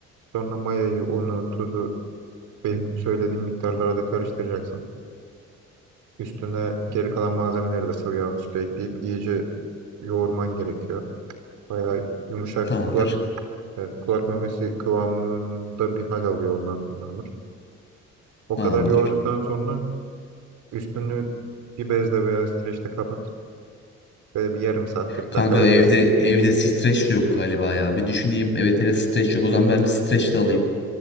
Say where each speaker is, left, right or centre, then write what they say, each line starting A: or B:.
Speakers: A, on the right; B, on the left.
A: Sonra mayayı, unu, tuzu be- söylediğim miktarlara da karıştıracaksın. Üstüne geri kalan malzemeleri de sıvı yağın üstüne ekleyip iyice yoğurman gerekiyor. Bayağı yumuşak
B: Tamamdır.
A: kulak evet, kulak memesi kıvamında bir hal alıyor ondan sonra hamur. O
B: Tamamdır.
A: kadar yoğurduktan sonra üstünü bir bezle veya streçle kapat. Böyle bir yarım saat 40
B: Kanka
A: dakika beklesin.
B: evde evde streç de yok galiba ya. Bir düşüneyim. Evet evet streç yok. O zaman ben bir streç de alayım.